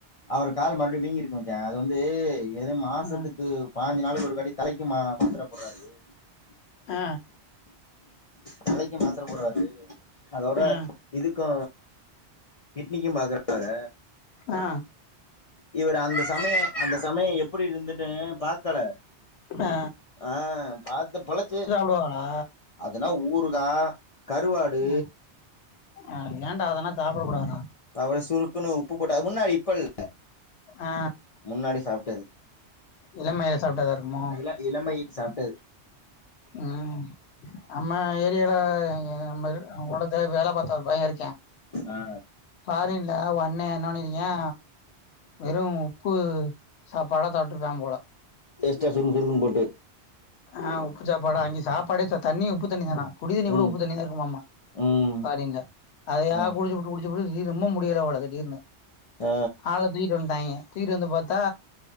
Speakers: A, on the left; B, on the left.
A: அவரு கால் மறுபடியு வீங்கிருக்கு மச்சா அது வந்து எது மாசத்துக்கு
B: ஆ
A: பாஞ்சு நாளுக்கு ஒரு வாட்டி தலைக்கும் மா மாத்துர போடுறாரு
B: ஆ
A: தலைக்கு மாத்துர போடுறாரு அதோட
B: ஆ
A: இதுக்கு கிட்னிக்கு மாத்துர போறாத
B: ஆ
A: இவரு அந்த சமயோ அந்த சமயோ எப்டி இருந்துட்டு பாக்கல
B: ஆ
A: ஆ பாத்து பொழச்சு
B: போவனா
A: அதுனா ஊறுகா கருவாடு
B: அ ஆ ஏன்டா அதெல்லா சாப்புட கூடாதா
A: அவரு சுருக்குன்னு உப்பு போட்டா அது முன்னாடி இப்ப இல்
B: ஆ
A: முன்னாடி சாப்டது
B: இளமையில சாப்டதா இருக்குமோ
A: இள இளமையில் சாப்டது
B: ம் நம்ம ஏரியால நம்ம ஒடத்த வேல பாத்த ஒரு பைய இருக்கியா
A: ஆ
B: ஃபாரின்ல ஒன்னே என்ன பண்ணிருக்கியா வெறும் உப்பு சாப்பாடா சாப்ட்ருப்பாம் போல
A: எஸ்டா சுருக்கு சுருக்குன்னு போட்டு
B: ஆ உப்பு சாப்பாடா அங்கியே சாப்பாடே தண்ணி உப்பு தண்ணி தானா குடி தண்ணி கூட
A: ம்
B: உப்பு தண்ணியா தா இருக்குமாமா
A: ம்
B: ஃபாரின்ல அதையா
A: ம்
B: குடுச்சுபுட்டு குடுச்சுபுட்டு ஜீ ரொம்ப முடியலபோல திடீர்னு
A: ஆ
B: ஆள தூக்கிட்டு வன்ட்டாங்கியே தூக்கிட்டு வந்து பாத்தா